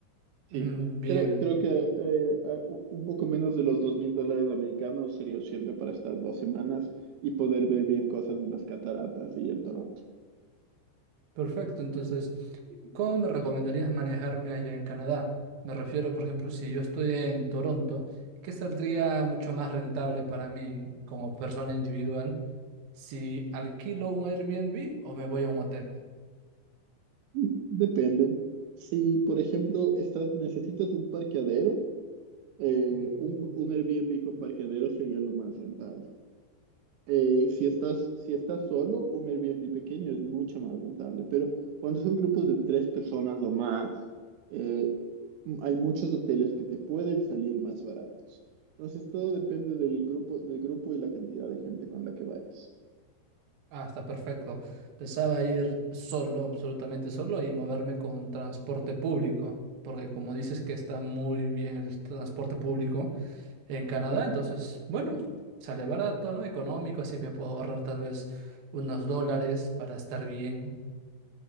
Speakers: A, on the right (about 80°); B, on the right (about 60°).
A: Sí,
B: Mm, bien,
A: creo, creo que eh, a- u- un poco menos de los dos mil dólares americanos sería suficiente para estar dos semanas y poder ver bien cosas en las cataratas y en Toronto.
B: perfecto. Entonces... ¿Cómo me recomendarías manejarme allá en Canadá? Me refiero, por ejemplo, si yo estoy en Toronto, ¿qué saldría mucho más rentable para mí como persona individual? ¿Si alquilo un Airbnb o me voy a un hotel?
A: Mm, Depende. Si, por ejemplo, estás, necesitas un parqueadero, eh,
B: Mm,
A: un, un Airbnb con parqueadero sería lo más rentable. Eh, si estás, si estás solo, un Airbnb pequeño es mucho más rentable, pero cuando son grupos de tres personas o más, eh, m- hay muchos hoteles que te pueden salir más baratos. Entonces, todo depende del grupo, del grupo y la cantidad de gente con la que vayas.
B: Ah, está perfecto. Pensaba ir solo, absolutamente solo, y moverme con transporte público, porque como dices que está muy bien el transporte público. en Canadá, entonces, bueno, sale barato, ¿no? Económico, así me puedo ahorrar tal vez unos dólares para estar bien.